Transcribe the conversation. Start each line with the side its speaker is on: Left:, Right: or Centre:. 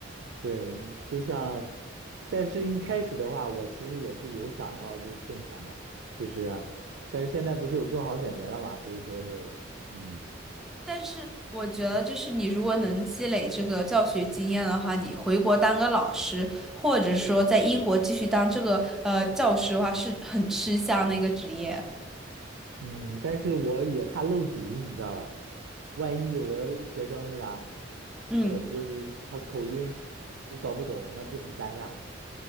Right: 对，就像，但是一开始的话，我其实也是有想要就挣钱的，就是，但是现在不是有更好选择了嘛，所以说就，嗯
Centre: 但是我觉得，就是你如果能积累这个教学经验的话，你回国当个老师，或者说在英国继续当这个呃教师的话，是很吃香的一个职业。
Right: 嗯，但是我也怕露底，你知道吧？万一有的学生是吧，
Centre: 嗯，
Right: 呃，就是他口音我搞不懂，那不是很尴尬？